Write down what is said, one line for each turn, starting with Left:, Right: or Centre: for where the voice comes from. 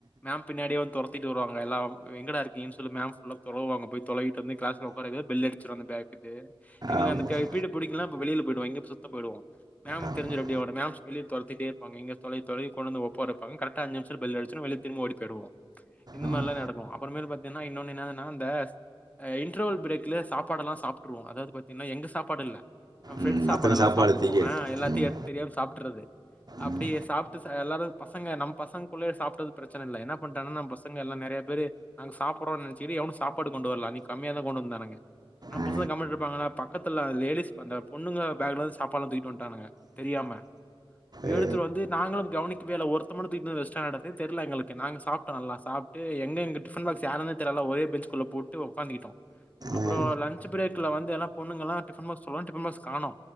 Left: மேம் பின்னாடியே வந்து தொரத்திட்டு வருவாங்க எல்லா எங்கடா இருக்கீன்னு சொல்லி மேம் ஃபுல்லா. தொலா வாங்க. போயி தொலையிட்டு வந்து கிளாஸ்ல உக்கரவைகில பெல் அடிச்சுருவாங்க அந்த பேக்குக்கு எங்களுக்கு
Right: ஆமாம்
Left: அந்த பீர்டு பிடிக்கலானா. வெளியில. போயிடுவாங்க இப்ப சுத்த போய்விடுவோ மேமுக்கு
Right: ஆமாம்
Left: தெரிஞ்சிடு அப்படியோட மேம். வெளியில தொரத்திட்டே இருப்பாங்க இங்க தொலவி தொலவி கொண்டு வந்து உக்கார வைப்பாங்க கரெக்டா அஞ்சு நிமசத்துல பெல் அடிசுறு வெளிய திரும்ப ஓடீ போய்டுவோ இந்த
Right: ம்.
Left: மாரியெல்லா நடக்கு. அப்பரமேல் பாத்தீங்கன்னா இன்னொனு என்னதுனா இந்த இன்டர்வெல் ப்ரேக்ல சாப்பாடு எல்லா சாப்டுருவோ அதாவது பாத்தீங்கன்னா எங்க சாப்பாடில்ல நம் பிரெண்ட்ஸ்
Right: ம் மற்றவங்க
Left: சாப்பாடு எல்லா சாப்டுருவோ.
Right: தீக்கிடுச்சு
Left: ய எல்லாத்தையு
Right: ம்
Left: எடுத்து தெரியாம சாப்டுறது. அப்படியே
Right: ம்
Left: சாப்பிட்டு எல்லாரு பசங்க நம்ம பசங்கக்குள்ளேயே சாப்டது பிரச்சனை இல்லை என்ன பண்ணீட்டாங்கனா நம்ம பசங்க எல்லா நெறைய. பேரு நாங்க சாப்படுறோ நெனச்சுட்டு எவனு சாப்பாடு கொண்டு வரல அன்னிக்கு கம்மியாதா கொண்டு வந்தானுங்க. நம்ப
Right: ஆ
Left: பசங்க கம்முனு இருப்பாங்களா பக்கத்துல லேடீஸ் அந்த. பொண்ணுங்க பேகலிருந்து சாப்பாடெல்லா தூக்கிட்டு வன்டானுங்க தெரியாம
Right: ஏ,
Left: எடுத்து வந்து நாங்களு கவனிக்கவே இல்ல ஒருத்த மட்டு தூக்கிட்டு வந்து வெச்சுநாட்டு இருக்கு தெரியில எங்க நாங்க சாப்டோ நல்லா சாப்பிட்டு எங்க எங்க டிஃப பாக்ஸ் யாருனே தெரில ஒரே பெஞ்சுகுள்ள போட்டு உட்காந்துக்கிட்டோ அப்புறோ
Right: ஏ,
Left: லன்ச் பிரேக்கில் வந்து எல்லா பொண்ணுங்கல்லா டிஃபன் பாக்ஸ் <unintelligible> டிஃபன்பாக்ஸ் காணோ